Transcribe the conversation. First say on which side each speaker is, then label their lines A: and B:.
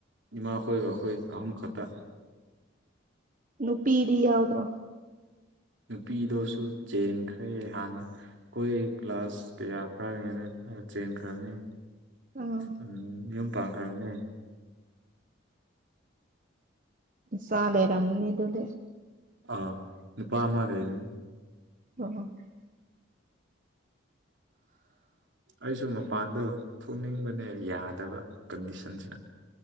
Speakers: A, on the right; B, on the right.
A: ꯏꯃꯥꯈꯣꯏꯒ ꯑꯈꯣꯏꯒ ꯑꯍꯨꯝ ꯈꯇ
B: ꯅꯨꯄꯤꯗꯤ ꯌꯥꯎꯗ꯭ꯔꯣ꯫
A: ꯅꯨꯄꯤꯗꯣꯁꯨ ꯆꯦꯟꯈ꯭ꯔꯦ ꯍꯥꯟꯅ꯫ ꯑꯈꯣꯏ ꯀ꯭ꯂꯥꯁ ꯀꯌꯥ ꯀꯥꯔꯤꯉꯩꯅꫭ ꯆꯦꯟꯈ꯭ꯔꯕꯅꯤ꯫
B: ꯑꯥ
A: ꯎꯝ ꯌꯨꯝ ꯄꯥꯟꯈ꯭ꯔꯕꯅꯤ
B: ꯆ ꯂꯩꯔꯝꯅꯤ ꯑꯗꯨꯗꯤ
A: ꯑꯥ ꯅꯨꯄ ꯃꯥꯂꯩꯔꯦ
B: <unintelligible>
A: ꯑꯩꯁꯨ ꯃꯄꯥꯟꯗꯣ ꯊꯣꯛꯅꯤꯡꯕꯅꯦ ꯌꯥꯗꯕ ꯀꯟꯗꯤꯁꯟꯁꯤꯅ